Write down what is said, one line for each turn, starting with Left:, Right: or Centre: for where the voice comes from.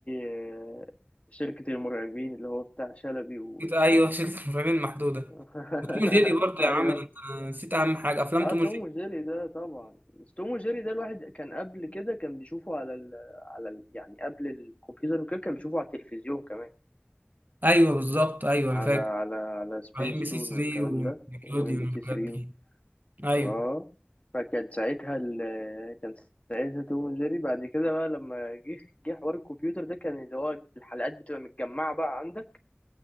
Left: آه، شركة المرعبين اللي هو بتاع شلبي و...
Right: كت- ايوه <laughs> شركه المرعبين المحدوده
Left: <laughs>
Right: وتوم وجيري برضه
Left: ايوه
Right: يا عم انت نسيت اهم حاجه افلام
Left: اه
Right: توم
Left: توم
Right: وجيري
Left: وجيري ده طبعا بس توم وجيري ده الواحد كان قبل كده كان بيشوفه على ال على ال يعني قبل الكمبيوتر وكده كان بيشوفه على التلفزيون كمان
Right: ايوه بالظبط ايوه انا
Left: على
Right: فاكر
Left: على على سبيس
Right: على ام بي
Left: تون
Right: سي 3
Left: والكلام
Right: ونيكلوديون
Left: ده وام بي سي
Right: والحاجات
Left: 3
Right: دي ايوه
Left: اه فكان ساعتها ال كان ساعتها توم وجيري بعد كده بقى لما جه جه حوار الكمبيوتر ده كان اللي هو الحلقات بتبقى متجمعة بقى عندك